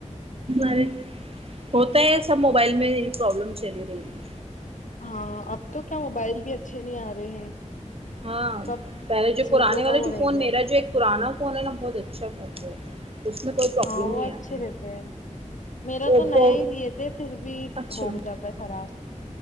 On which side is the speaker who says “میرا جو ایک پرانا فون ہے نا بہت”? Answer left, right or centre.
Right